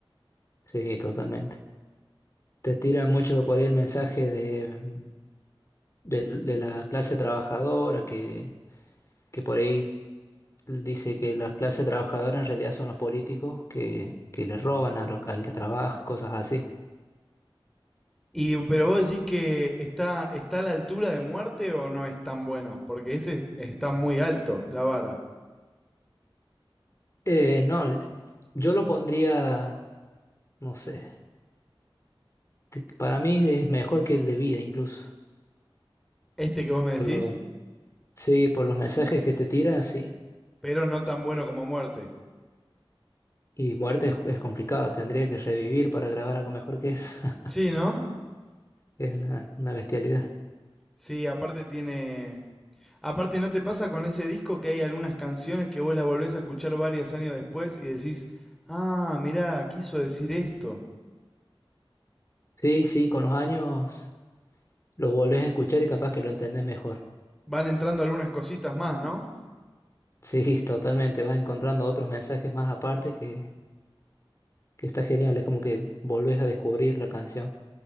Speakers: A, on the left (about 35°); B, in the centre.
A: sí, totalmente. Te tira mucho por ahí el mensaje de, mm, del- de la clase trabajadora que, que por ahí Él dice que la clase trabajadora en realidad son los políticos que, que le roban a lo- al que trabaja y cosas así.
B: Y, pero vos decís que está, está a la altura de muerte o no es tan bueno, porque ese está muy alto, la vara.
A: Eh, no, el- yo lo pondría, no sé, te- para mí es mejor que el de vida incluso.
B: Este que vos me decís,
A: Por lo, sí, por los mensajes que te tira, sí.
B: pero no tan bueno como muerte.
A: Y muerte es, es complicado, tendría que revivir para grabar algo mejor que eso. <laughs>
B: Sí, ¿no?
A: Es una, una bestialidad.
B: Sí, aparte tiene... Aparte, ¿no te pasa con ese disco que hay algunas canciones que vos las volvés a escuchar varios años después y decís, ah, mirá, quiso decir esto?
A: Sí, sí, con los años lo volvés a escuchar y capaz que lo entendés mejor.
B: Van entrando algunas cositas más, ¿no?
A: Sí, <laughs> totalmente, vas encontrando otros mensajes más aparte que... que está genial, es como que volvés a descubrir la canción.